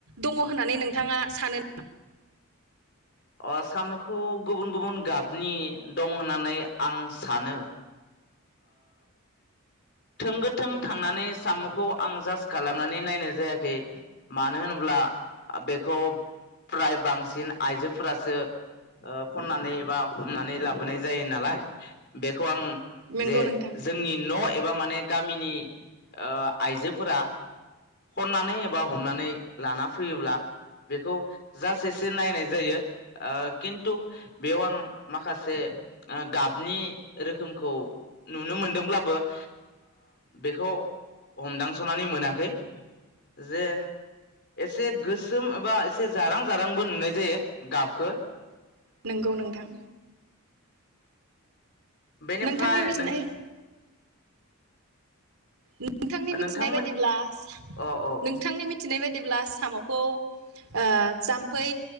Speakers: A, on the right; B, on the left.
A: दङ होननानै नोंथाङा सानो नामा?
B: आ साम'खौ गुबुन गुबुन गाबनि दं होननानै आं सानो थों गोथों थांनानै साम'खौ आं जास्ट खालामनानै नायनाय जायाखै मानो होनोब्ला बेखौ फ्राय बांसिन आइजोफोरासो ओ खननानै बा हमनानै लाबोनाय जायो नालाय बेखौ आं
A: नंगौ
B: जे
A: नोंथां
B: जोंनि न' ए माने गामिनि आ आइजोफोरा खननानै एबा हमनानै लाना फैयोब्ला बेखौ जास एसे नायनाय जायो ओ खिन्थु बेयाव आं माखासे गाबनि रोखोमखौ नुनो मोनदोंब्लाबो ओ बेखौ हमदांस'नानै मोनाखै जे एसे गोसोम एबा एसे जारां जारांबो नुनाय जायो गाबखो
A: नंगौ नोंथां
B: बेनिफ्राय
A: नोंथांनि मिथिनाय
B: नों
A: नोंथांनि मिथिनाय
B: नोंथांमोन
A: बायदिब्ला सा
B: अ औ
A: नोंथांनि मिथ मिथिनाय बायदिब्ला सामखौ ओ जाम्फै